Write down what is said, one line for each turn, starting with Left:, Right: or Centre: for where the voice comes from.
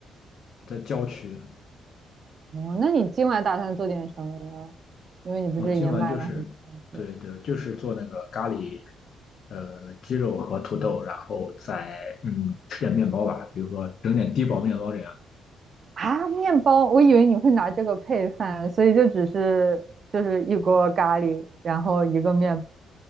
Left: 在郊区，
Right: 哦，那你今晚打算做点什么呢？因为你不是也买了很多东西
Left: 我今晚就是对对，就是做那个咖喱，呃，鸡肉和土豆，然后再嗯吃点面包吧，比如说整点低饱面包这样。
Right: 啊，面包，我以为你会拿这个配饭，所以就只是就是一锅咖喱，然后一个面